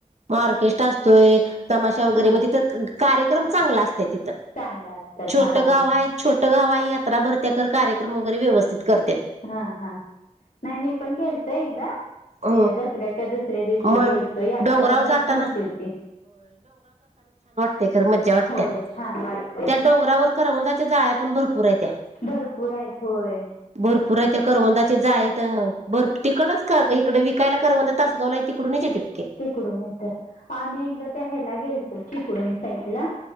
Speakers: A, on the right; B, on the left.
A: म ऑर्केस्ट्र असतोय. तमाशा वगैरे
B: हा
A: म तिथं कार्यक्रम चांगलं असत्यात तिथं
B: चांगलं असतात
A: छोटं
B: हा
A: गाव
B: हा
A: हाय छो ट गाव हाय यात्रा भरत्या खरं कार्यक्रम वगैरे व्यवस्थित कर
B: हा हा नाय मी पण गेलते एकदा
A: अ
B: हे दसऱ्याच्या दुसऱ्या दिवशी
A: मण
B: गेलतो यात्रा
A: डोंगरावर
B: बरीच
A: जाताना
B: मोठी होती
A: व्हय खरं मज्जा वाटत्या
B: होय छान वाटते
A: त्या डोंगरावर करवंदाच्या जाळ्या पण भरपूर आहेत्या
B: भरपूर आहेत होय
A: भरपूर आहेत्या करवंदा जाळीत भरप तिकडचं का गं इकडं विकायला करवंद तासगावला हे तिकडूनचं येत्यात
B: तिकडून येत्यात आम्ही एकदा त्या ह्याला गेलतो चिपळूण साईड ला